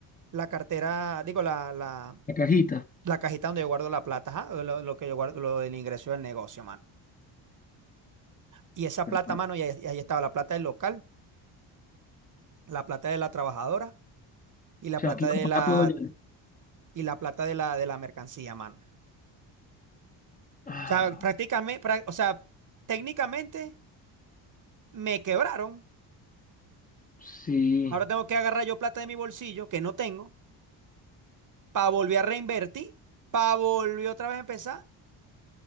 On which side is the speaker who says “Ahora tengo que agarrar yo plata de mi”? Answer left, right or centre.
Right